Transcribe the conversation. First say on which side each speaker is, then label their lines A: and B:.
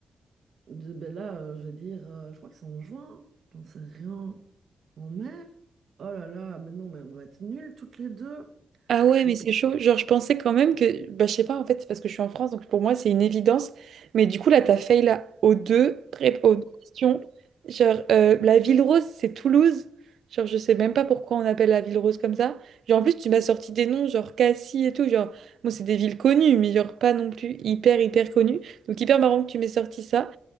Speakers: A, on the right (about 60°); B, on the right (about 80°).
A: De, ben là, euh, je vais dire, euh, je crois que c'est en juin, j'en sais rien. En mai? Oh là là, mais non, mais on va être nuls toutes les deux.
B: Ah ouais,
A: Je
B: mais
A: vais-
B: c'est chaud. Genre, je pensais quand même que, bah, je sais pas, en fait, c'est parce que je suis en France, donc pour moi, c'est une évidence. Mais du coup, là, t'as fail là aux deux, rép- aux deux questions. Genre, euh, la ville rose, c'est Toulouse. Genre, je sais même pas pourquoi on appelle la ville rose comme ça. Genre, en plus, tu m'as sorti des noms, genre Cassis et tout. Genre, moi, c'est des villes connues, mais genre pas non plus hyper, hyper connues. Donc, hyper marrant que tu m'aies sorti ça.